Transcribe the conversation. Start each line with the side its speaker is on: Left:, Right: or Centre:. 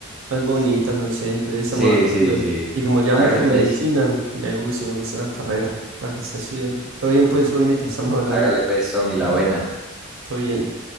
Right: más bonitas, no sé, entonces estamos
Centre: Sí, sí,
Right: hablando.
Centre: sí.
Right: Y como ya
Centre: Hágale
Right: mucho de
Centre: pues,
Right: medicina, me gusta, me gusta la carrera, la que está estudiando. Todo bien, pues, Juanmita, estamos hablando,
Centre: hágale pues, Somi, la buena.
Right: todo bien.